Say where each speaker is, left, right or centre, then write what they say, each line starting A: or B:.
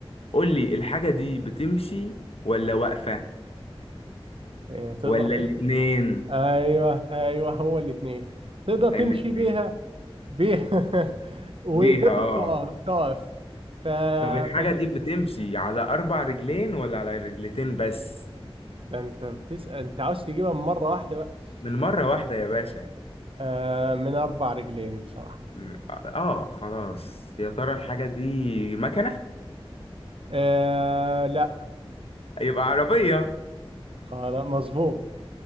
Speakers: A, on the left; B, on the right.
A: قول لي الحاجة دي بتمشي ولا واقفة
B: آه تقدر
A: ولا
B: ت...
A: الاتنين
B: ايوه ايوه هو الاثنين تقدر تمشي
A: الاتنين
B: بيها بيها <laughs> وتقدر
A: ليها اه
B: تقف تقف ف...
A: طب الحاجة
B: فال...
A: دي بتمشي على أربع رجلين ولا على رجلتين بس
B: ده انت بتسأل انت عاوز تجيبها من مرة واحدة بقى
A: من مرة
B: من
A: واحدة يا باشا
B: آه من اربع رجلين بصراحة
A: م- اه آه، خلاص يا ترى الحاجة دي مكنة
B: آه لا
A: يبقى عربية
B: خلاص مظبوط